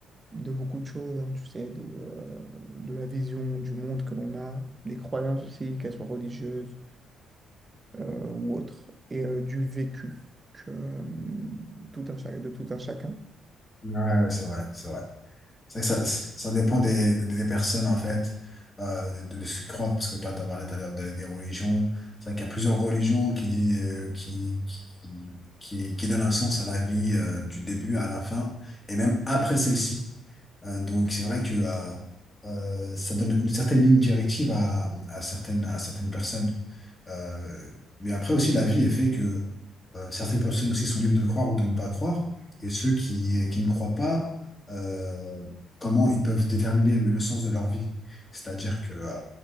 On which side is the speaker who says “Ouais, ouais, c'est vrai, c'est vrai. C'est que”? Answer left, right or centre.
Left